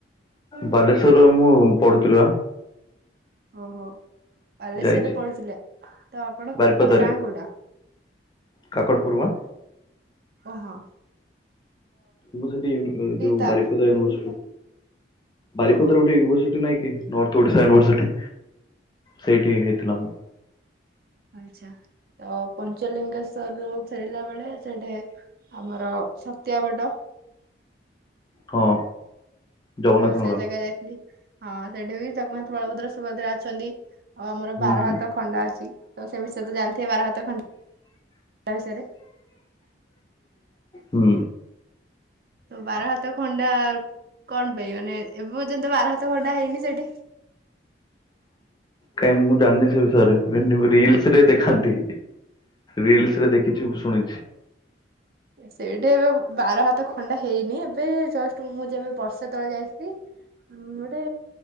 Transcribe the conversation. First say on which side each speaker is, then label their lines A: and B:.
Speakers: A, on the left (about 25°); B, on the right (about 55°).
A: ବାଲେଶ୍ଵରରେ ମୁଁ ପଢୁଥୁଲୁ ଆ
B: ଓହୋଃ। ବାଲେଶ୍ଵରରେ
A: ଯାଇଛି
B: ପଢୁଥିଲେ, ତ ଆପଣ
A: ବାରିପଦାରେ
B: ପ୍ରପର ଗାଁ କୋଉଟା?
A: କାକଟପୁର ବା
B: ଓହୋଃ।
A: ମୁଁ ସେଠି ୟୁନ୍ ଯୋଉ
B: ତା
A: ବାରିପଦା ୟୁନିଭର୍ସିଟି,
B: ହୁଁ ହଁ
A: ବାରିପଦାରେ
B: ହଁ
A: ଗୋଟେ ୟୁନିଭର୍ସିଟି ନାଇଁ କି? ଇଗନର୍। ଓଡ଼ିଶା ୟୁନିଭର୍ସିଟି,
B: ହଁ
A: ସେଇଠି ହେଇଥିଲା ମ।
B: ଆଛା ତ ପଞ୍ଚଲିଙ୍ଗେଶ୍ଵରରୁ ଫେରିଲା ବେଳେ ସେଠି ଆମର ଛତିଆ ବଟ
A: ହଁ। ଜଗନ୍ନାଥଙ୍କର
B: ତ ସେ ଜାଗା ଯାଇଥିଲି। ହଁ ସେଠି ବି ଜଗନ୍ନାଥ ବଳଭଦ୍ର ସୁଭଦ୍ରା ଅଛନ୍ତି। ଆଉ ଆମର
A: ହୁଁ
B: ବାର
A: ହୁଁ
B: ହାତ ଖଣ୍ଡା ଅଛି ତ ସେ ବିଷୟ ତ ଜାଣିଥିବେ ବାର ହାତ ଖଣ୍ଡା ବିଷୟରେ।
A: ହୁଁ।
B: ତ ବାର ହାତ ଖଣ୍ଡା କଣ ପାଇଁ ମାନେ ଏବେ ପର୍ଯ୍ୟନ୍ତ ବାର ହାତ ଖଣ୍ଡା ହେଇନି ସେଠି
A: କାଇ ମୁଁ ଜାଣିନି ସେ ବିଷୟରେ ମେ ରିଲସରେ ଦେଖାନ୍ତି ରିଲ ରେ ଦେଖିଛି ମୁଁ ଶୁଣିଛି।
B: ସେଇଠି ଏବେ ବାର ହାତ ଖଣ୍ଡା ହେଇନି ଏବେ ଜଷ୍ଟ ମୁଁ ଯେବେ ବର୍ଷେ ତଳେ ଯାଇଥିଲି ଗୋଟେ